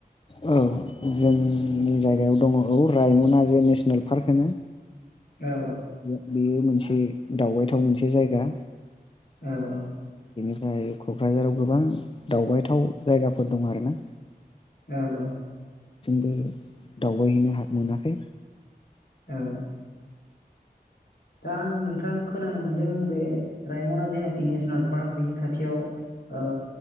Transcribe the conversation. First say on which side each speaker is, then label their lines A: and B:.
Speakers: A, on the left; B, on the left.
A: औ जोंनि जायगायाव दङ औ रायमना जे नेसनेल पार्क होनो।
B: औ
A: बे बेयो मोनसे दावबायथाव मोनसे जायगा।
B: औ औ
A: बेनिफ्राय क'क्राझाराव गोबां दावबायथाव जायगाफोर दं आरो ना।
B: औ औ
A: बो दावबायहैनो हा मोनाखै
B: औ दा आं नोंथांख खोनानो मोनदों बे रायमना जेनाखि नेसनेल पार्क बेनि खाथियाव ओ